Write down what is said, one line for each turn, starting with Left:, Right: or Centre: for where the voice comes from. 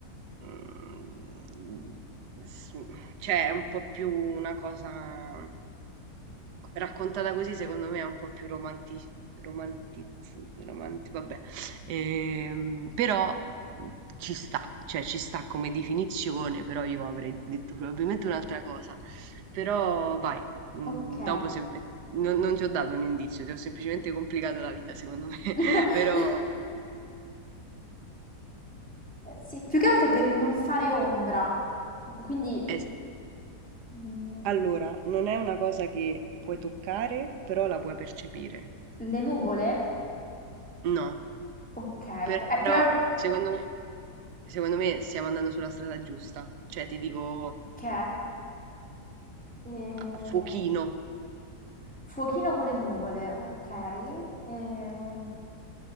Right: Mm, s- cioè è un po' più una cosa raccontata così, secondo me è un po' più romanti, romanti, romanti- vabbè, Ehm, però mm, ci sta, cioè ci sta come definizione, però io avrei detto probabilmente un'altra cosa. Però vai, mm,
Centre: Ok.
Right: dopo se vuoi- non, non ti ho dato un indizio, ti ho semplicemente complicato la vita, secondo me.
Centre: <laughs>
Right: <laughs> Però
Centre: Eh, Sì, più che altro per il non fare ombra. Quindi
Right: è-
Centre: mm,
Right: allora, non è una cosa che puoi toccare, però la puoi percepire.
Centre: le nuvole?
Right: No,
Centre: Ok,
Right: però
Centre: p- eh, però...
Right: secondo me, secondo me stiamo andando sulla strada giusta. Cioè, ti dico
Centre: Ok. Eh,
Right: a- fuochino,
Centre: Fuochino con le nuvole, ok. Eh,